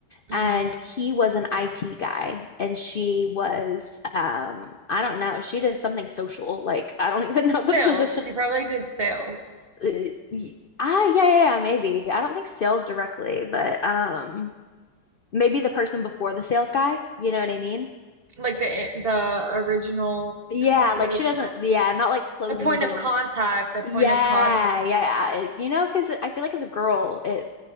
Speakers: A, on the right; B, on the left.
A: hmm
B: and he was an IT guy and she was um I don't know she did something social like I don't even <laughs> know
A: Sales.
B: the position
A: She probably did sales.
B: Y- y- Ah, yeah, yeah, yeah, maybe. I don't think sales directly, but um maybe the person before the sales guy, you know what I mean?
A: Like the the original,
B: Yeah,
A: not
B: like
A: the original,
B: she doesn't, yeah,
A: the
B: not like closing
A: the point
B: deals.
A: of contact, the
B: Yeah,
A: point of contact.
B: yeah, it- you know, because I feel like as a girl, it